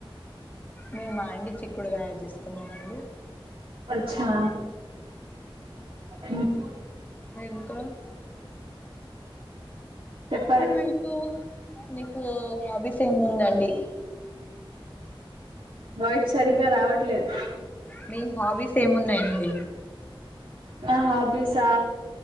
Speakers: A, on the left; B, on the right.
A: మేమ అండి చిక్కుడుగాయా చేసుకున్నం అండి
B: అచ్చా నాకు
A: ఇంకా
B: చెప్పాలి
A: మీకు నీకు హాబీస్ ఏముందండి.
B: వాయిట్ సరిగా రావట్లేద్.
A: మీ హాబీస్ ఏమున్నాయండి.
B: నా హాబీసా